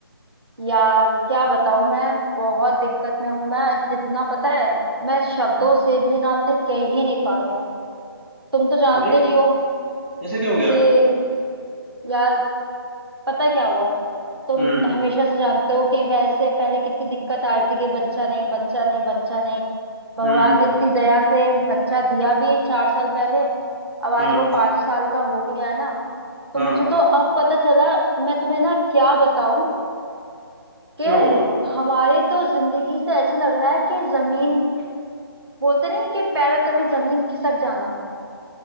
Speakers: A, on the right; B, on the right.
A: यार क्या बताऊं मैं बहुत दिक्कत में हूं मैं जितना पता है मैं शब्दों से भी ना अपने कह ही नहीं पा रही हूँ तुम तो जानते
B: अरे
A: ही हो
B: ऐसा क्या हो गया
A: कि यार पता क्या हुआ तुम
B: हम्म
A: हमेशा से जानते हो कि वैसे पहले कितनी दिक्कत आ रही थी कि बच्चा नहीं बच्चा नहीं बच्चा नहीं भगवान
B: हम्म
A: ने इतनी दया से बच्चा दिया भी चार साल पहले अब
B: हाँ
A: आज वो पांच साल का हो गया है ना तो
B: हाँ
A: मुझे तो अब पता चला मैं तुम्हें ना क्या बताऊं
B: क्या
A: कि
B: हुआ
A: हमारी तो जिंदगी से ऐसे लग रहा है कि जमीन बोलते नहीं कि पैरों तले जमीन खिसक जाना